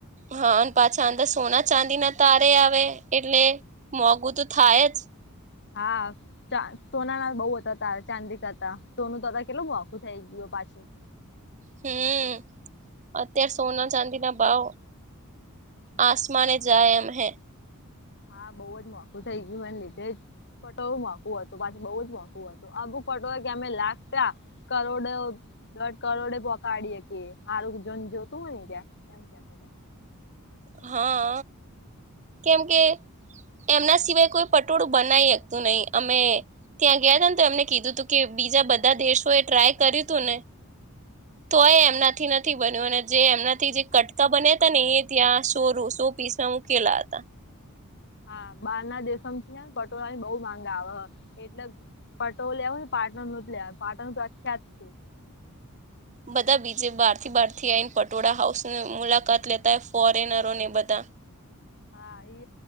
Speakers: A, on the right; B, on the left.
A: હા પાછા અંદર સોના ચાંદી ના તારે આવે એટલે મોંઘું તો થાય જ
B: હા. સોનાના બહુ હતા ત ચાંદિકા હતા સોનું તો હતા કેટલું મોખું થઈ ગયું પાછું
A: હમ અત્યારે સોના ચાંદી ના ભાવ આસમાને જાયમ હૈ.
B: હા બહુ જ મોકું થઇ ગયું મને લીધે જ. પટોળું મોફું હતું પાછી બઉુ જ મોફું હતું આ બુક પટોળ કેમે લાગ્યા. કરોડો દઢ કરોડે પકડીએ કે હારું જન જોતું હોય ને ક્યાં. <unintelligible>
A: હા. કેમ કે એમના સિવાય કોઈ પટોળું બનાવી શકતું નહી અમે ત્યાં ગયા હતા ને તો એમને કીધું તું કે બીજા બધા દેશો એ ટ્રાય કર્યું તું ને તોય એમનાથી નથી બન્યો અને જે એમનાથી જે કટકા બન્યા હતા ને એ ત્યાં સો રસો પીસમાં મુંકેલાત.
B: હા બાર ના દેશોથી ને પટોળાની બહ માંગા આવે એટલે પટોલો આવ ને પાટણનું જ લે પાટણ પ્રખ્યાત છે.
A: બધા બીજે બહાર થી બહાર થી આઈને પટોળા હાઉસ ની મુલાકાત લેતા ફોરેનરો ને બધા
B: હા એ